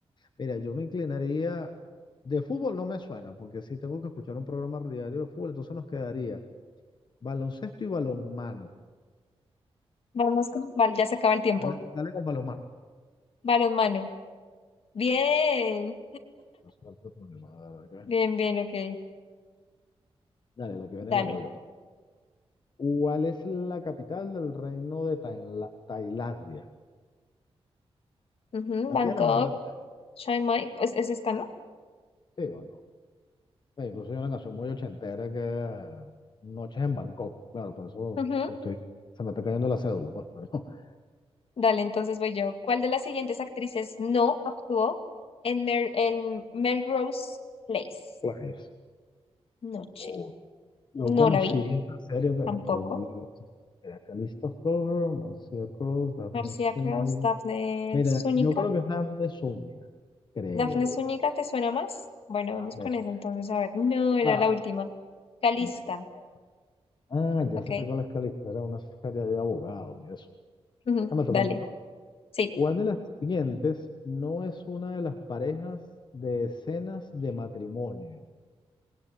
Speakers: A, on the left; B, on the left.
A: Mira, yo me inclinaría, de fútbol no me suena, porque sí tengo que escuchar un programa diario de fútbol, entonces nos quedaría baloncesto y balonmano.
B: Vamos con cuál, ya se acaba el tiempo.
A: Dale, dale con balonmano.
B: Balonmano. Bien,
A: No sé cuál fue el problema, la verdad
B: bien,
A: que-
B: bien, ok.
A: Dale, la que viene
B: Dale.
A: la leo yo. pues. ¿Cuál es la capital del reino de Taila- Tailandia?
B: Ujú,
A: ¿La
B: Bangkok,
A: tienes o no la tienes?
B: Chiang Mai, pues es esta, ¿no?
A: Sí, Bangkok. Eh, incluso hay una canción muy ochentera que eh, Noches en Bangkok. Claro, por eso
B: Ujú,
A: me estoy, se me está cayendo la cédula, pues, pero <laughs>
B: Dale, entonces voy yo. ¿Cuál de las siguientes actrices no actuó en, Mer- en Melrose Place?
A: pues,
B: Noche.
A: o- yo
B: No
A: conocí
B: la vi.
A: esta serie, pero,
B: Tampoco.
A: pero no la era Calista Flower, Marcia Cross, Daphne
B: Marcia
A: Zúñiga.
B: Cross, Daphne
A: Mira,
B: Zúñiga.
A: yo creo que es Daphne Zúñiga, creo.
B: Daphne Zúñiga te suena más? Bueno, vamos
A: Me
B: con
A: suena.
B: esa entonces, a ver. No, era
A: Ah,
B: la última. Calista,
A: Calista Flor. Ah, ya
B: ok.
A: sé cuál es Calista, era una serie de abogados y eso.
B: Ujú,
A: Esta me toca
B: Dale,
A: a mí, ¿no?
B: sí.
A: ¿Cuál de las siguientes no es una de las parejas de escenas de matrimonio?